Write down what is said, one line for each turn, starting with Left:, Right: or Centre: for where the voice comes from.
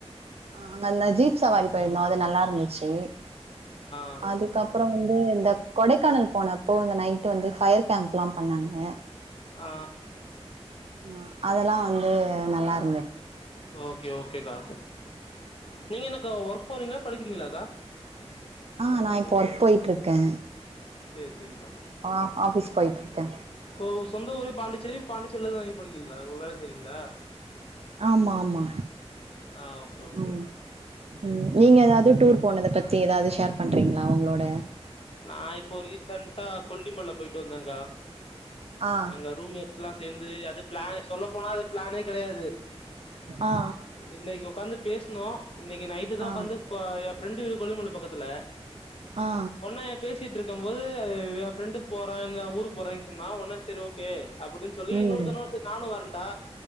Right: ஆ அங்க அந்த ஜீப் சவாரி போயிருந்தோமக்ஷ அது நல்லாருந்துச்சி
Left: ஆ
Right: அதுக்கப்றோ வந்து இந்த கொடைக்கானல் போனப்போ இந்த நைட்டு வந்து ஃபயர் கேம்ப்லா பண்ணாங் ங்க
Left: ஆ
Right: ஆ அதெல்லா வந்து நல்லார்
Left: ஓகே ஓகேக்கா நீங்க என்னக்கா ஒர்க் போறீங்ளாப் படிக்கிறீங்ளாக்கா
Right: ஆ நா இப்போ ஒர்க் போயிட்டுருக்கே
Left: சேர் செரிக்கா
Right: ஆ ஆஃபீஸ் போய்ட்ருக்கே
Left: இப்போ சொந்த ஊரே பாண்டிச்சேரி பாண்டிச்சேரிலதா தங்கி படிக்கிறீங்களா வேல செய்றீங்களா
Right: ஆமா ஆமா
Left: ஆ ஓகே ஓகே
Right: ம் ம் நீங்க ஏதாவ்து டூர் போனத பத்தி ஏதாவ்து ஷேர் பண்றீங்ளா அவுங்ளோட
Left: நா இப்போ ரீசண்ட்டா கொல்லிமல போயிட்டு வந்தேங்க்கா
Right: ஆ
Left: எங்க ரூம் மேட்ஸ்லா சேந்து அது ப்ளா சொல்ல போனா அது ப்ளானே கெடையாது
Right: ஆ
Left: இன்னைக்கு ஒக்காந்து பேசு னோ இன்னைக்கு நைட்டு தா
Right: ஆ
Left: ஒக்காந்து ஏன் ஃப்ரெண்டு வீடு கொல்லிமல பக்கத்துல
Right: ஆ ஆ ஆ
Left: ஒன்னே பேசிட்டு இருக்கம்போது ஏ ஃபிரெண்டு போறே நா ஊருக்கு போறேன் சொன்னா ஒன்னே சரி ஓகே அப்புடின் சொல்லி
Right: ம்
Left: இன்னொருத்தனு சரி நானு வரன்டா